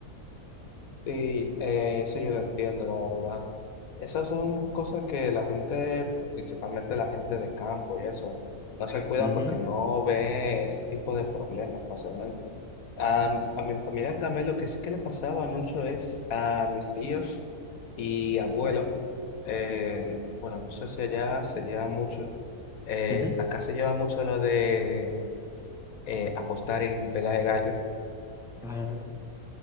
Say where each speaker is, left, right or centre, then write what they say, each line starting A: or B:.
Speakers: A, on the left; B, in the centre.
A: Y eh, eso yo lo entiendo, la verdad. Esas son cosas que la gente, principalmente la gente de campo y eso, no se cuida
B: Ujú,
A: porque no ve ese tipo de problemas fácilmente. A, a mi familia también lo que sí que le pasaba mucho es a mis tíos y abuelo. eh, bueno, no sé si allá se lleva mucho. eh,
B: ujú.
A: acá se lleva mucho lo de eh, apostar en pelea de gallo,
B: Ah,